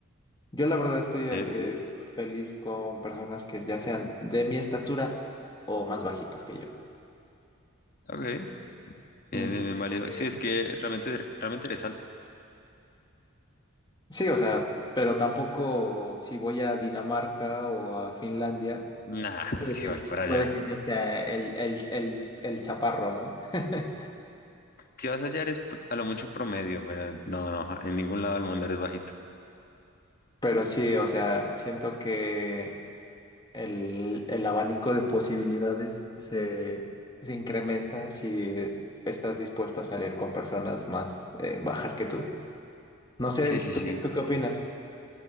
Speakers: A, on the left; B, on the left.
A: Yo la verdad estoy eh,
B: Sí.
A: Sí. feliz con personas que ya sean de mi estatura o más bajitos que yo.
B: Ok.
A: Mm,
B: Bien, bien, bien
A: sí,
B: válido.
A: porque
B: Sí, es
A: es-
B: que
A: es-
B: realmente, realmente eres alto.
A: sí, o sea, pero tampoco si voy a Dinamarca o a Finlandia,
B: Nah, <laughs> pues
A: puede
B: si
A: que
B: vas
A: yo,
B: para
A: puede
B: allá.
A: que yo sea el, el, el, el chaparro, ¿no? <laughs>
B: Si vas allá eres p- a lo mucho promedio, pero no, no, ja, en ningún lado del mundo eres bajito.
A: Pero sí, o sea, siento que el, el abanico de posibilidades se, se incrementa si estás dispuesto a salir con personas más eh, bajas que tú. No sé,
B: Sí,
A: ¿tú,
B: sí, sí.
A: qué- tú qué opinas?